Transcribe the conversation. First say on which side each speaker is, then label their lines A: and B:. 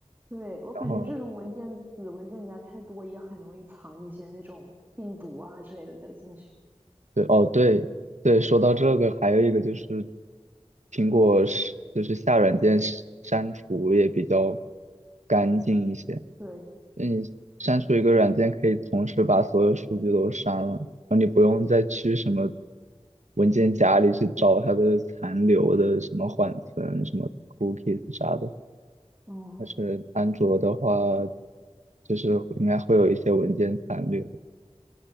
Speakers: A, on the right; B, on the right.
A: 对，我感觉这种文件子文件夹太多，
B: 然后
A: 也很容易藏一些那种病毒啊之类的在进去。
B: 对，哦，对对，说到这个，还有一个就是苹果是就是下软件删删除也比较干净一些。
A: 对，
B: 你删除一个软件可以同时把所有数据都删了，然后你不用再去什么文件夹里去找它的残留的什么缓存、什么 cookies 啥的。
A: 嗯
B: 但是安卓的话，就是应该会有一些文件残留。